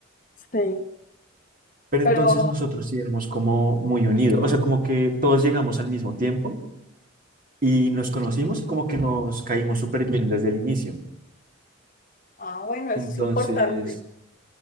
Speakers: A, on the left (about 40°); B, on the right (about 40°).
A: Sí.
B: Pero entonces
A: Pero,
B: nosotros sí éramos como muy unidos, o sea, como que todos llegamos al mismo tiempo y nos conocimos y como que nos caímos súper bien desde el inicio.
A: ah, bueno, eso
B: Entonces,
A: es importante.